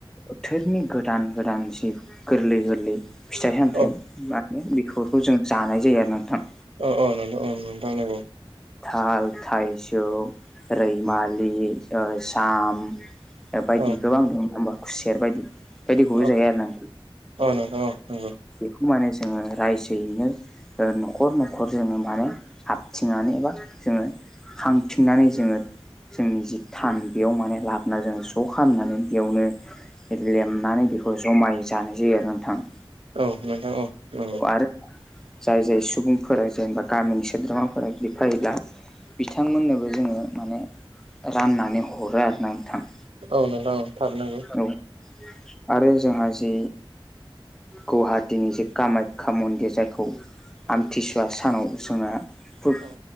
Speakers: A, in the centre; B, on the right.
A: बोथोरनि गोदान गोदान जि गोरलै गोरलै फिथाइ सामथाइ
B: औ
A: बा बेफोरखौ जों जानाय जायो आरोना नोंथां।
B: औ औ नोंथां औ नोंथां नंगौ।
A: ताल थाइजौ रैमालि ओ जाम बायदि
B: औ
A: गोबां दं नङा होनबा खुसेर बायदि बेबायदि गुबुन
B: औ
A: जायो आरो ना।
B: औ नोंथां औ नंगौ
A: बेखौ माने जोंङो रायजोयैनो न'खर न'खर जोंङो माने हारथिंनानै एबा जोंङो हांथिंनानै जोंङो जोंनि जि थान बेयाव माने लाबोना जोंङो स' खालामनानै बेयावनो लेमनानै बेखौ जमायै जानाय जायो आरो ना नोंथां।
B: औ नोंथां औ नंगौ
A: आरो जाय जाय सुबुंफोरा जेनेबा गामिनि सोद्रोमाफोरा बिदि फायोब्ला बिथांमोननोबो जोंङो माने राननानै हरो आरो ना नोंथां।
B: औ नोंथां औ थारैनो नंगौ।
A: औ आरो जोंहा जि गुवाहाटिनि जि कामाख्या मन्दिर जायखौ
B: औ
A: आमथिसुवा सानाव जोंहा खुब
B: औ